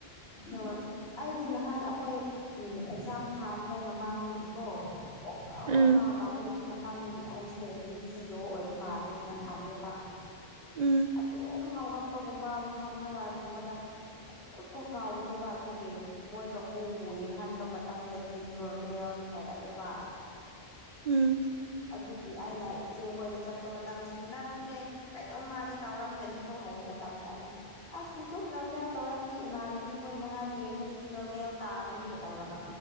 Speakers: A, on the left (about 75°); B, on the right (about 55°).
A: ꯍꯣꯏ ꯑꯩꯗꯤ ꯅꯍꯥꯟ ꯑꯩꯈꯣꯏ ꯎꯝ ꯑꯦꯛꯖꯥꯝ ꯊꯥꯅꯤꯉꯥꯏ ꯃꯃꯥꯡꯗꯒꯤꯀꯣ ꯀꯣꯛ ꯉꯥꯎꯔꯒ
B: ꯎꯝ
A: ꯑꯃꯥ ꯇꯥꯎꯕꯗꯣ ꯑꯗꯨ ꯃꯇꯝꯗꯒꯤ ꯑꯩꯁꯦ ꯕꯤꯄꯤ ꯂꯣ ꯑꯣꯏꯕ ꯃꯥꯜꯂꯦꯅ ꯈꯜꯂꯦꯕ
B: ꯎꯝ
A: ꯑꯗꯨꯝ ꯍꯧꯒꯠꯄꯒꯨꯝꯕ ꯐꯝꯔꯒ ꯑꯗꯨꯗ ꯑꯗꯨꯝ ꯀꯣꯛ ꯉꯥꯎꯕꯅꯦꯕ ꯑꯗꯨꯒꯤ ꯃꯣꯏ ꯀꯥꯡꯕꯨꯕꯨ ꯌꯦꯡꯍꯟꯕ ꯃꯇꯝꯗꯗꯤ ꯅꯣꯔꯃꯦꯜꯅꯤ ꯍꯥꯏꯔꯛꯑꯦꯕ
B: ꯎꯝ
A: ꯑꯗꯨꯒꯤ ꯑꯩꯅ ꯏꯆꯦꯈꯣꯏꯗ ꯆꯠꯄ ꯃꯇꯝꯗꯁꯨ ꯅꯪꯁꯦ ꯀꯩꯅꯣꯝ ꯃꯥꯗꯤ ꯇꯧꯔꯝꯒꯅꯤꯀꯣ ꯍꯥꯏꯕ ꯃꯇꯝꯗ ꯑꯩꯅ ꯑꯁ ꯑꯗꯨꯝ ꯅꯣꯔꯃꯦꯜ ꯇꯧꯔꯝꯅꯤ ꯏꯃꯥꯟꯅꯕꯤ ꯍꯣꯏ ꯅꯍꯥꯟ ꯌꯦꯡꯕꯗꯁꯨ ꯅꯣꯔꯃꯦꯜ ꯇꯥꯕꯅꯦꯒ ꯇꯧꯔꯒ